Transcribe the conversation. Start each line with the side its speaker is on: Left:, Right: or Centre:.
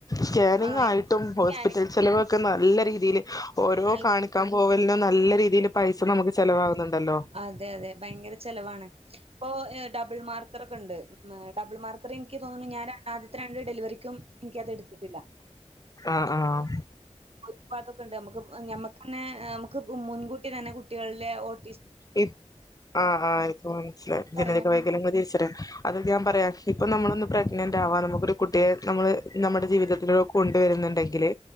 Left: സ്കാനിങ്
Right: ആ
Left: ആയിട്ടും
Right: ഇപ്പം
Left: ഹോസ്പിറ്റൽ
Right: സ്കാനിങ്
Left: ചെലവ് ക്ക് നല്ല രീതീല് ഓരോ
Right: നല്ല
Left: കാണിക്കാൻ പോവലിനും നല്ല രീതീല് പൈസ നമ്മക്ക് ചെലവാവ്ന്നുണ്ട് <unintelligible>
Right: അതെ അതെ ഭയങ്കര ചെലവാണ് ഇപ്പൊ ഡബിൾ മാർക്കറൊക്കെ ഉണ്ട് മെ ഡബിൾ മാർക്കർ എനിക്ക് തോന്നുണു ഞാൻ ആദ്യത്തെ രണ്ട് ഡെലിവറിക്കും എനിക്കത് എടുത്തിട്ടില്ല
Left: ആഹ് ആഹ്
Right: <unintelligible> ഇണ്ട് നമ്മക്ക് ഞമ്മക്കെന്നെ നമ്മക്ക് മുൻകൂട്ടി തന്നെ കുട്ടികളുടെ ഓട്
Left: ഇപ് ആഹ് ആഹ് ഇപ്പ മനസ്സിലായി ഞനിതക
Right: പറയാനും
Left: വൈകലങ്ങൾ തിരിച്ചറി അതൊക്കെ ഞാൻ പറയാം ഇപ്പൊ നമ്മളൊന്ന് പ്രഗ്നന്റ് ആവാ നമുക്കൊരു കുട്ടിയെ നമ്മള് നമ്മടെ ജീവിതത്തില് കൊണ്ടുവരുന്നുണ്ടെങ്കില്